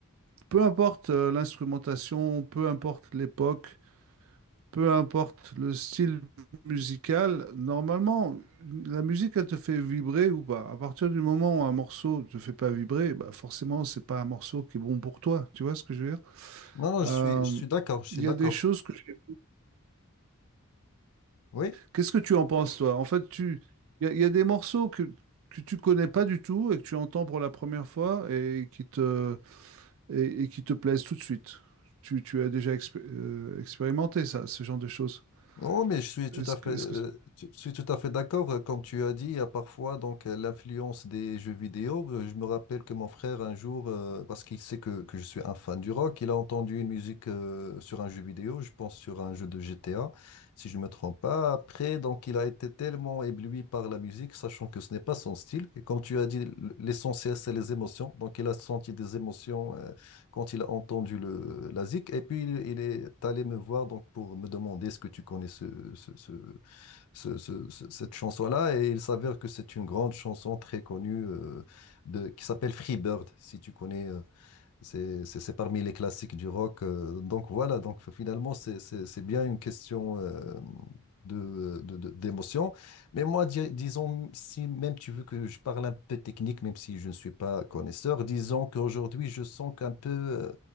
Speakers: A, on the right; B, on the left.
A: peu importe euh, l'instrumentation, peu importe l'époque. peu importe le style musical, normalement, la musique, elle te fait vibrer ou pas. À partir du moment où un morceau te fait pas vibrer, bah forcément, c'est pas un morceau qui est bon pour toi. Tu vois ce que je veux dire?
B: Non, non,
A: Euh,
B: je suis, je suis d'accord, je suis
A: Il
B: d'accord.
A: y a des choses que... je-
B: Oui.
A: Qu'est-ce que tu en penses, toi? En fait, tu... il y a, il y a des morceaux que, que tu connais pas du tout et que tu entends pour la première fois et qui te, et, et qui te plaisent tout de suite. Tu, tu as déjà expé- euh, expérimenté ça, ce genre de choses.
B: Oh, mais je suis tout
A: Est-ce
B: à fait,
A: que, est
B: euh, tu- je suis tout à fait d'accord. Euh, Comme tu as dit, il y a parfois donc euh, l'influence des jeux vidéo. Euh, Je me rappelle que mon frère un jour, euh, parce qu'il sait que, que je suis un fan du rock, il a entendu une musique euh, sur un jeu vidéo, je pense sur un jeu de GTA, si je ne me trompe pas. Après, donc il a été tellement ébloui par la musique, sachant que ce n'est pas son style. Et comme tu as dit, l- l'essentiel c'est les émotions. Donc il a senti des émotions euh, quand il a entendu le, la zik, et puis il, il est allé me voir donc pour me demander est-ce que tu connais ce, ce- ce- ce- ce- ce- cette chanson-là, et il s'avère que c'est une grande chanson très connue euh, de, qui s'appelle Free Bird, si tu connais. euh, c'est c'est- c'est parmi les classiques du rock. euh, donc voilà, donc finalement, c'est c'est- c'est bien une question euh, de, de- de- d'émotion. Mais moi, di- disons, si même tu veux que je parle un peu technique, même si je ne suis pas connaisseur, disons qu'aujourd'hui, je sens qu'un peu euh,